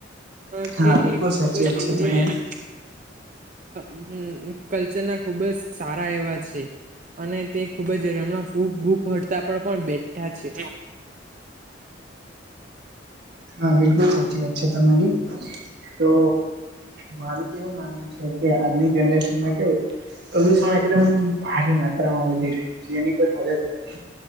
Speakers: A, on the right; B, on the right.
A: અ
B: હા
A: સે એ
B: બિલકુલ
A: એક
B: સાચી
A: ખૂબ જ
B: વાત
A: <unintelligible>
B: છે તમારી.
A: અ ઉ ઉ કલ્ચર ના ખુબ જ સારા એવા છે. અને તે ખુબ જ રમણાં ફૂગ બૂગ હડતાલ પણ પણ બેઠા છે.
B: હા બિલકુલ સાચી વાત છે તમારી, તો મારું તો એવું માનવું છે કે આજની જનરેશન મા કેવું પ્રદુષણ એકદમ ભારી માત્રામાં વધી રહ્યું છે એની કોઈ હદ જ નથી.